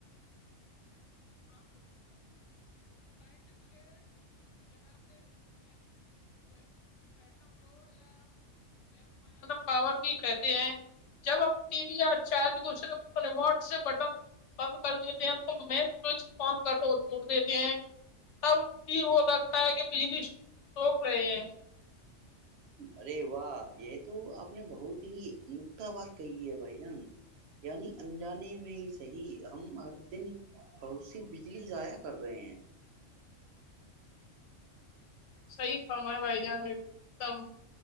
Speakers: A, on the left (about 70°); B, on the right (about 65°).
A: <unintelligible> <unintelligible> پاور بھی کہتے ہیں جب ہم ٹی وی یا چارج کو صرف ریموٹ سے بٹن بند کر دیتے ہیں تو مین <unintelligible>
B: ارے واہ یہ تو آپ نے بہت ہی نکتہ بات کہی ہے بھائی جان یعنی انجانے میں ہی صحی ہم ہر دن بہت سی بجلی ضاائع کر رہے ہیں
A: صحیح فم ہے بھائی جان ایک دم